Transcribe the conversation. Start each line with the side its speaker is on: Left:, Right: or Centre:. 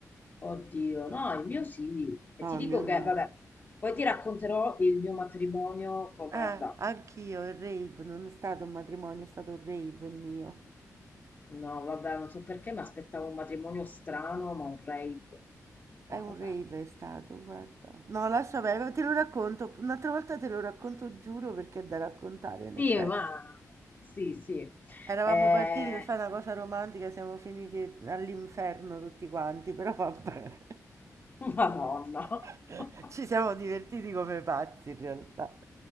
Left: Oddio, no, il mio sì. E
Right: No,
Left: ti
Right: il
Left: dico
Right: mio no.
Left: che, vabbè, poi ti racconterò il mio matrimonio come
Right: Eh,
Left: è andato.
Right: anch'io, il rave, non è stato un matrimonio, è stato un rave il mio.
Left: No, vabbè, non so perché mi aspettavo un matrimonio strano, ma un rave.
Right: È
Left: No,
Right: un
Left: vabbè.
Right: rave, è stato, guarda. No, lascia perdere, ma te lo racconto, un'altra volta te lo racconto, giuro, perché è da raccontare, in
Left: Sì,
Right: effetti.
Left: ma sì, sì.
Right: Eravamo
Left: Eh,
Right: partiti per fare una cosa romantica, siamo finiti all'inferno tutti quanti, però vabbè.
Left: <laughs> Madonna.
Right: <laughs>
Left: <laughs>
Right: Ci siamo divertiti come pazzi in realtà.